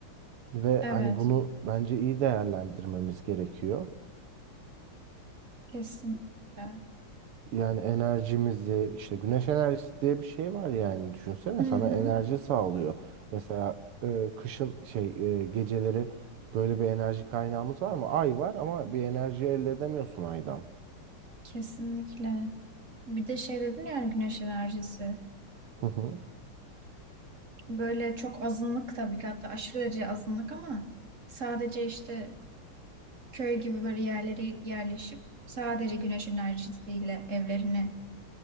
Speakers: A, on the right; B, on the right.
A: Ve
B: Evet,
A: hani bunu bence iyi değerlendirmemiz gerekiyor.
B: kesinlikle.
A: Yani enerjimizi işte güneş enerjisi diye bir şey var yani düşünsene
B: Hı
A: sana
B: hı.
A: enerji sağlıyor. Mesela e, kışın şey e, geceleri böyle bir enerji kaynağımız var mı? Ay var ama bir enerji elde edemiyorsun aydan.
B: Kesinlikle. Bir de şey dedin yani güneş enerjisi.
A: Hı hı.
B: Böyle çok azınlık tabii ki hatta aşırı derece azınlık ama sadece işte köy gibi böyle yerlere yerleşip sadece güneş enerjisiyle evlerine